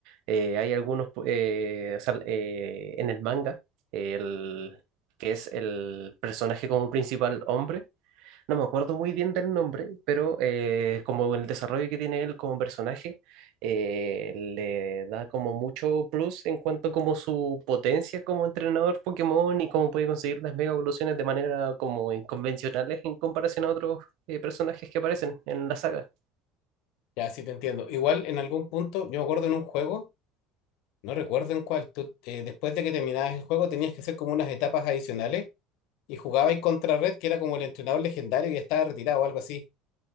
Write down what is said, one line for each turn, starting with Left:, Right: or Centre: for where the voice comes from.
Right: eh, hay algunos, pu- eh, o sea, eh, en el manga, el, que es el personaje como principal hombre, no me acuerdo muy bien del nombre, pero eh, como el desarrollo que tiene él como personaje eh, le da como mucho plus en cuanto como su potencia como entrenador Pokémon y cómo puede conseguir las mega evoluciones de manera como inconvencionales en comparación a otros eh, personajes que aparecen en la saga.
Left: Ya, sí te entiendo. Igual en algún punto, yo me acuerdo en un juego, no recuerdo en cuál, tú, eh, después de que terminabas el juego tenías que hacer como unas etapas adicionales y jugabas contra Red, que era como el entrenador legendario que ya estaba retirado o algo así.